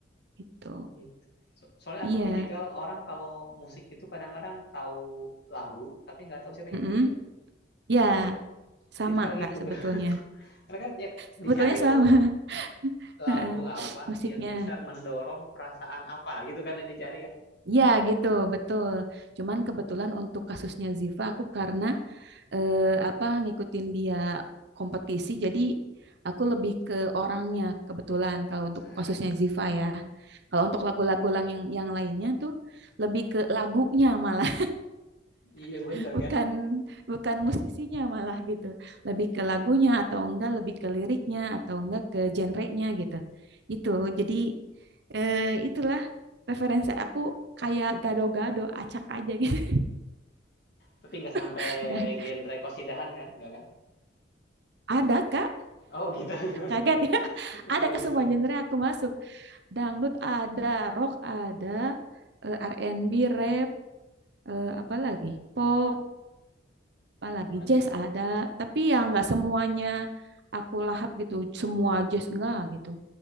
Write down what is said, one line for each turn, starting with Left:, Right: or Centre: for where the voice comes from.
Right: gitu.
Left: Oh gitu. So- soalnya
Right: Iya,
Left: aku tipikal orang kalau musik itu kadang-kadang tahu lagu tapi nggak tahu siapa nyanyiin.
Right: mm Ya, sama
Left: Tipikal
Right: Kak
Left: gitu.
Right: sebetulnya.
Left: <laughs> Karena kan ya,
Right: Sebetulnya
Left: dicari
Right: sama
Left: tuh
Right: <laughs>
Left: lagu
Right: heeh,
Left: apa
Right: musiknya.
Left: yang bisa mendorong perasaan apa gitu kan yang dicari kan.
Right: Ya gitu, betul. Cuman kebetulan untuk kasusnya Ziva, aku karena eh, apa ngikutin dia kompetisi jadi aku lebih ke orangnya kebetulan kalau untuk
Left: Nah,
Right: khususnya
Left: ya.
Right: Ziva ya kalau untuk lagu-lagu lang- yang yang lainnya tuh lebih ke lagunya malah
Left: Iya
Right: <laughs>
Left: bener
Right: bukan
Left: kan.
Right: bukan musisinya malah gitu lebih ke lagunya atau enggak lebih ke liriknya atau enggak ke genrenya gitu itu jadi eh, itulah referensi aku kayak gado-gado acak aja gitu
Left: Tapi nggak sampai
Right: <laughs> Gak-
Left: genre kosidahan kan, nggak kan?
Right: ada kak
Left: Oh gitu. <laughs>
Right: kaget ya <laughs> ada
Left: Bagus
Right: ke semua
Left: lah.
Right: genre aku masuk dangdut ada, rock ada, eh, R&B, rap, eh, apa lagi pop, apa
Left: Wah
Right: lagi
Left: mantep.
Right: jazz ada. Tapi yang nggak semuanya aku lahap gitu, semua jazz enggak gitu.